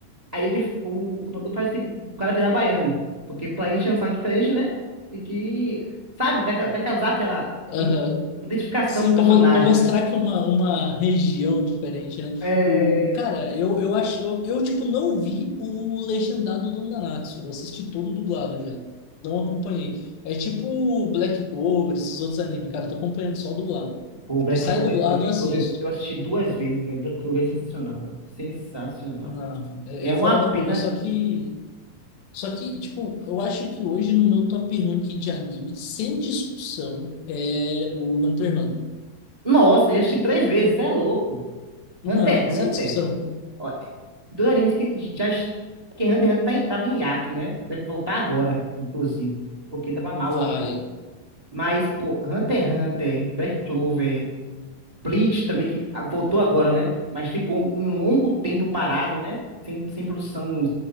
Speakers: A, on the right; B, on the left.
A: Aí ele, o dublador faz ele- o cara virar baiano, porque preenche é um sotaque diferente, né? E que, sabe, vai, ca- vai causar aquela
B: aham.
A: i- identificação
B: Sim,
A: com o personagem,
B: para mostrar
A: né?
B: que é uma, uma região diferente, né?
A: É...
B: O, o- cara, eu, eu acho, eu, eu, tipo não vi o legendado do Nanatsu. Eu assisti todo dublado já. Não acompanhei. É tipo o Black Clover, esses outros animes, cara, eu tô acompanhando só o dublado.
A: Pô,
B: Tipo,
A: Black
B: sai
A: Clover,
B: dublado,
A: Black
B: eu
A: Clover,
B: assisto.
A: eu assisti duas vezes, velho. Black Clover é sensacional, velho. Sensacional.
B: Não, é,
A: É
B: é
A: uma
B: fora
A: pena.
B: da curva, só que só que, tipo, eu acho que hoje no meu top rank de anime, sem discussão, é o Hunter x Hunter.
A: Nossa, eu assisti três vezes, você é louco.
B: Não,
A: Hunter x
B: sem
A: Hunter.
B: discussão.
A: Ó, é- dois animes que já. est- Que Hunter x Hunter tá em- tava em hiato, né? Deve voltar agora, inclusive. Porque tava mal
B: Vai.
A: o autor. Mas, pô, Hunter x Hunter, Black Clover, Bleach também, que ah, voltou agora, né? Mas ficou um longo tempo parado, né? Sem, sem produção,